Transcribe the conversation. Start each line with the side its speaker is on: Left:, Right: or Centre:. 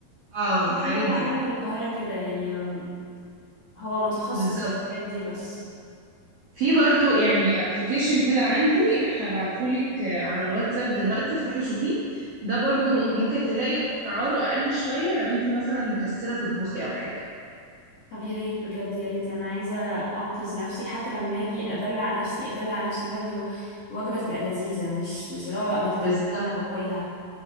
Right: اه الحاجات
Left: في واحد
Right: دي
Left: عندنا في القاهره كده يعني آم، هو متخصص
Right: بالظبط
Left: في الحاجات دي بس
Right: في برضو يعني ابلكيشن كده عندي هبعتهولك آه، على الواتساب دلوقتي افتحي شوفيه ده برضو
Left: ليه؟
Right: ممكن تلاقي أسعاره أقل شوية لو أنت مثلا مكسلة تطبخي أو حاجة
Left: طب يا ريت بجد يا ريت انا عايزه انقذ نفسي حتى لما اجي ادلع نفسي ادلع نفسي برضو وجبه تبقى لذيذه مش مش اللي هو بقى متقدره
Right: بالظبط
Left: وانا باكلها